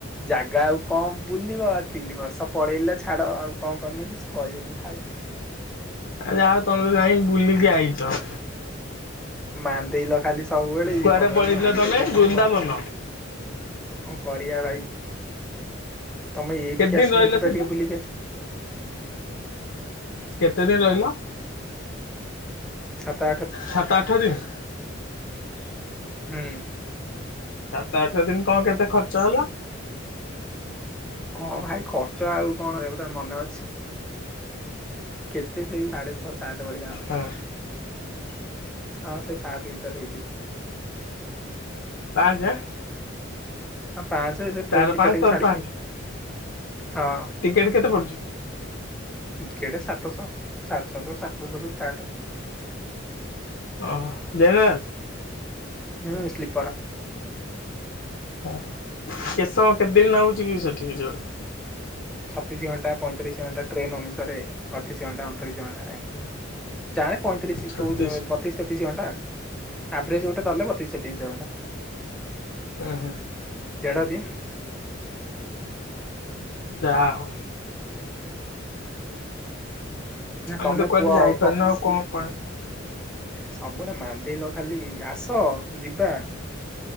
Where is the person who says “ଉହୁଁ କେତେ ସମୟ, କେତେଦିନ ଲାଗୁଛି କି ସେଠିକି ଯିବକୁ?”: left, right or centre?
Left